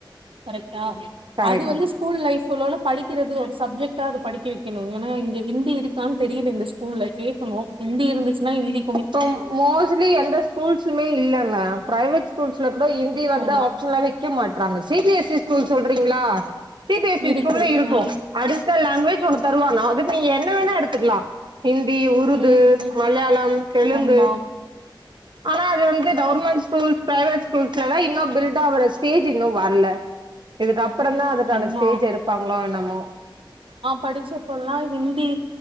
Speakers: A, on the right (about 85°); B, on the right (about 60°).
A: கரெக் டா
B: கரெக்ட்
A: அது வந்து ஸ்கூல் லைஃப் சொல்ணுனா படிக்கிறது ஒரு சப்ஜெக்டா அது படிக்க வெக்கணு நீ ஏனா இங்க ஹிந்தி இருக்கா தெரியல இந்த ஸ்கூல்ல கேக்கணு ஹிந்தி இருந்துச்சுன்னா ஹிந்தி
B: இப்ப மோஸ்ட்லி எந்த ஸ்கூல்சுமே இல்லங்க ப்ரைவேட் <unintelligible> வந்து ஹிந்தி வந்து
A: ஆ
B: ஆப்ஷனல வெக்க மாட்றாங்க சி பி எஸ் <unintelligible> ஸ்கூல் சொல்றீங்ளா சி பி எஸ் சி
A: இருக்கு.
B: ஸ்கூல்ல இருக்கோ
A: ஆ.
B: அடிஷ்னல் லாங்வேஜ் <unintelligible> ஒன்னு தருவாங்க அது நீ என்ன வேணா எடுத்துக்கலா ஹிந்தி உருது
A: ம்.
B: மலையாளம் தெலுங்கு
A: ஆமா
B: ஆனா அது வந்து கவர்மெண்ட் ஸ்கூல் பிரைவேட் ஸ்கூல்ஸ்லலா இன்னு பில்டாவுற ஸ்டேஜ் இன்னு வர்ல இதுதா அப்றதா அதுக்கான
A: ஆமா.
B: ஸ்டேஜ் எடுப்பாங்களோ என்னமோ
A: படிச்சபோல்லா ஹிந்தி